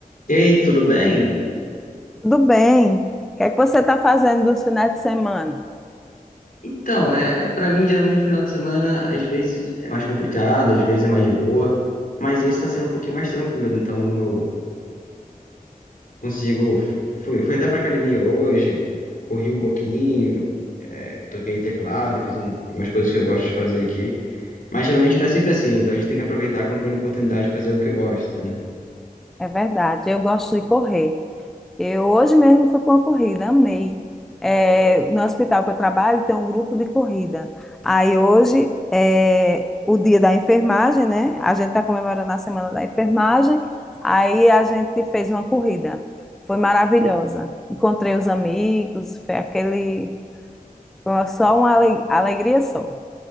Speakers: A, on the left; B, in the centre.
A: E aí, tudo bem?
B: Tudo bem. O que é que você está fazendo dos finais de semana?
A: Então, é, para mim, geralmente, final de semana, às vezes é mais complicado, às vezes é mais boa, mas esse está sendo um pouquinho mais tranquilo, então eu consigo. Fui, fui até pra academia hoje, corri um pouquinho, é, toquei teclado, fiz um, umas coisas que eu gosto de fazer aqui, mas geralmente não é sempre assim, então a gente tem que aproveitar quando tem a oportunidade de fazer o que gosta, né?
B: É verdade, eu gosto de correr. Eu hoje mesmo fui para uma corrida, amei. É, no hospital que eu trabalho tem um grupo de corrida. Aí hoje é o dia da enfermagem, né? A gente está comemorando a semana da enfermagem. Aí a gente fez uma corrida. Foi maravilhosa. Encontrei os amigos, foi aquele, foi só uma ale- alegria só.